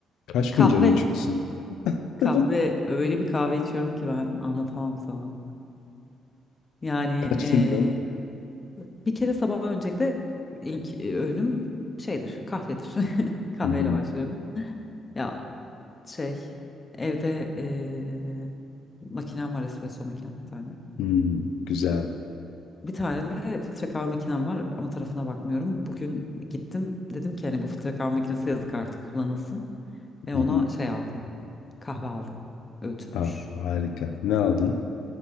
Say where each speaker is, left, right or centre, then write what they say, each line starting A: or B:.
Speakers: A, on the left (about 85°); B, on the left (about 25°).
A: Kaç
B: Kahve.
A: fincan içiyorsun?
B: Kahve.
A: <laughs>
B: Öyle bir kahve içiyorum ki ben anlatamam sana. Yani
A: Kaç
B: eee,
A: fincan?
B: bir kere sabah öncelikle ilk e, öğünüm şeydir, kahvedir. <laughs> Kahveyle
A: Hı hı.
B: başlıyorum. Ya şey evde eee makinem var espresso makinem bir tane.
A: Hmm, güzel.
B: Bir tane de filtre kahve makinem var ama tarafına bakmıyorum. Bugün gittim dedim ki hani bu filtre kahve makinesi yazık artık kullanılsın. Ve
A: Hı
B: ona
A: hı.
B: şey aldım. Kahve aldım. Öğütülmüş.
A: Ah, harika. Ne aldın?